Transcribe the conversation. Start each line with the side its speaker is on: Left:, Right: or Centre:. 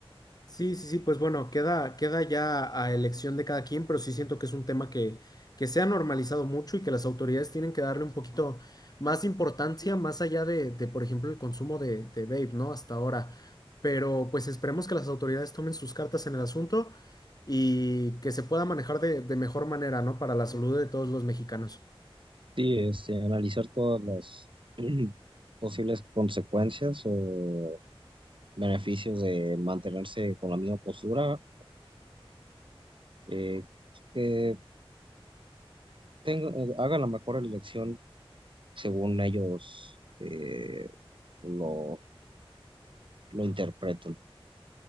Left: Sí, sí, sí, pues bueno, queda, queda ya a elección de cada quien, pero sí siento que es un tema que, que se ha normalizado mucho y que las autoridades tienen que darle un poquito más importancia, más allá de, de, por ejemplo, el consumo de, de vape, ¿no? Hasta ahora. Pero pues esperemos que las autoridades tomen sus cartas en el asunto y que se pueda manejar de, de mejor manera, ¿no? Para la salud de todos los mexicanos.
Right: Sí, este, analizar todas las <clears throat> posibles consecuencias o beneficios de mantenerse con la misma postura eh, que tengan, eh, hagan la mejor elección según ellos eh, lo, lo interpreten.